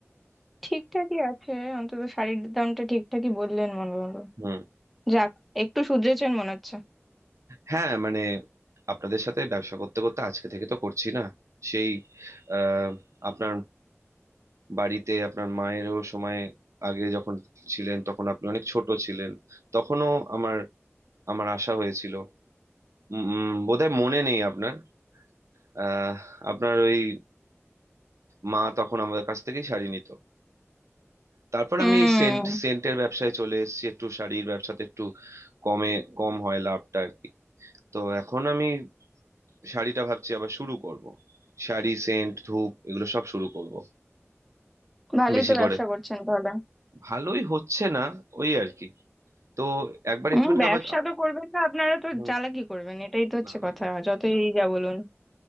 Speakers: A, in the centre; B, on the right.
A: ঠিকঠাকই আছে অন্তত শাড়ির দামটা ঠিকঠাকই বললেন মনে হলো
B: হুম
A: যাক একটু শুধরেছেন মনে হচ্ছে
B: হ্যাঁ মানে আপনাদের সাথে ব্যবসা করতে করতে আজকে থেকে তো করছি না সেই আহ আপনার বাড়িতে আপনার মায়েরও সময় আগে যখন ছিলেন তখন আপনি অনেক ছোট ছিলেন তখনও আমার আমার আশা হয়েছিল উম, উম, বোধহয় মনে নেই আপনার আহ, আপনার ওই মা তখন আমাদের কাছ থেকেই শাড়ি নিত তারপর
A: উম
B: আমি এই সেন্ট সেন্টের ব্যবসায় চলে এসেছি একটু শাড়ির ব্যবসাতে একটু কমে কম হয় লাভটা আর কি তো এখন আমি শাড়িটা ভাবছি আবার শুরু করব শাড়ি সেন্ট ধূপ এগুলো সব শুরু করব
A: ভালোই
B: বেশি
A: তো
B: করে
A: ব্যবসা করছেন তাহলে
B: ভালোই হচ্ছে না ওই আর কি তো একবার একটুখানি
A: হম ব্যবসা
B: আমার
A: তো করবেন না আপনারা তো
B: হুম,
A: চালাকি করবেন এটাই তো হচ্ছে
B: না না
A: কথা
B: না।
A: যতই এই যা বলুন